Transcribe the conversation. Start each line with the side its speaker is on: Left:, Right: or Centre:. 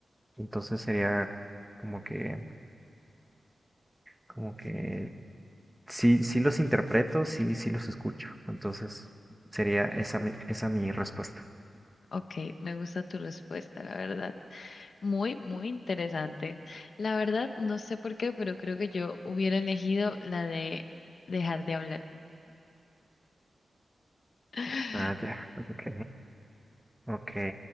Centre: Entonces sería como que, como que sí, sí los interpreto, sí, sí los escucho. Entonces sería esa mi, esa mi respuesta.
Left: ok, me gusta tu respuesta, la verdad. Muy, muy interesante. La verdad, no sé por qué, pero creo que yo hubiera elegido la de dejar de hablar. <laughs>
Centre: Ah, ya, ok, ok.